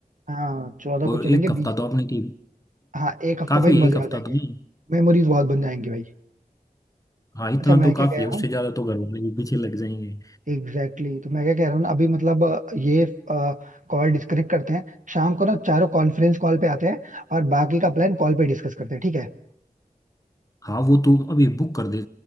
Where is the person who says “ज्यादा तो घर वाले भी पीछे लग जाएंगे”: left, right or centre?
Left